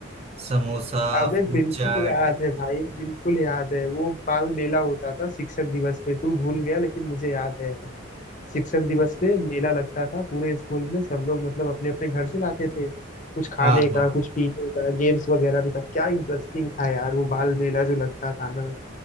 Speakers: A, on the right; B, on the left.
A: समोसा
B: अबे
A: फूड
B: बिल्कुल
A: चाट
B: याद है भाई बिल्कुल याद है वो बाल मेला होता था शिक्षक दिवस पे तू भूल गया लेकिन मुझे याद है शिक्षक दिवस पे मेला लगता था पूरे स्कूल में सब लोग मतलब अपने अपने घर से लाते थे कुछ खाने
A: हाँ
B: का
A: हाँ
B: कुछ पीने का गेम्स वगैरह भी था क्या इंटरेस्टिंग था यार वो बाल मेला जो लगता था ना